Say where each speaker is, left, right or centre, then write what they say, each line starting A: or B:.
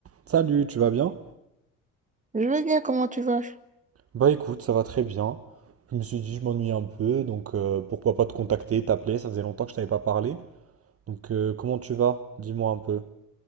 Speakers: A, on the right; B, on the right.
A: Salut, tu vas bien?
B: Je vais bien, comment tu vas?
A: Bah écoute, ça va très bien. Je me suis dit, je m'ennuie un peu, donc euh, pourquoi pas te contacter, t'appeler, ça faisait longtemps que je t'avais pas parlé. Donc euh, comment tu vas? Dis-moi un peu.